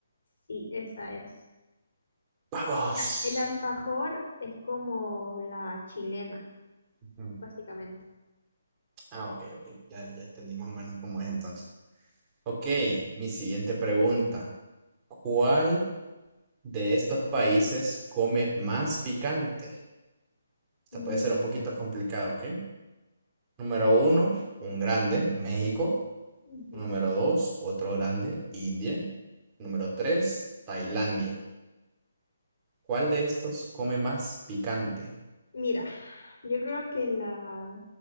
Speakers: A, on the left; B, on the right.
A: Sí, esa es.
B: ¡Vamos!
A: Ya, el alfajor es como la chilena,
B: Ujú.
A: básicamente.
B: Ah, ok, ok. Ya, ya entendí más o menos cómo es entonces. Ok, mi siguiente pregunta. ¿Cuál de estos países come más picante? Esta
A: Mm,
B: puede ser un poquito complicado, ¿ok? Número uno, un grande, México.
A: ujú.
B: Número dos, otro grande, India. Número tres, Tailandia. ¿Cuál de estos come más picante?
A: Mira, yo creo que las